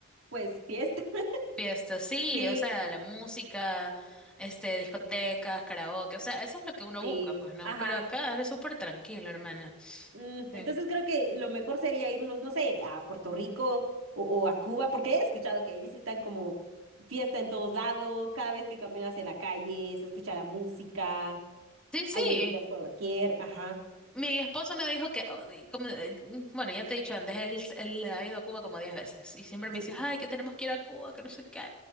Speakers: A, on the right; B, in the centre.
A: Pues fiesta. <laughs>
B: Fiestas, sí,
A: Sí,
B: o sea, la música, este, discotecas, karaoke, o sea, eso es lo que uno
A: sí.
B: busca, pues no,
A: Ajá.
B: pero acá eres súper tranquilo, hermana.
A: Mm,
B: Sí.
A: entonces creo que lo mejor sería irnos, no sé, a Puerto Rico o, o a Cuba, porque he escuchado que ahí sí están como fiesta en todos lados, cada vez que caminas en la calle se escucha la música,
B: Sí, sí.
A: hay bebidas por doquier, ajá.
B: Mi esposo me dijo que, oh, y como, eh, bueno, ya te he dicho antes, él, él ha ido a Cuba como 10 veces y siempre me
A: Sí,
B: dice, ay, que tenemos que ir a Cuba, que no sé qué,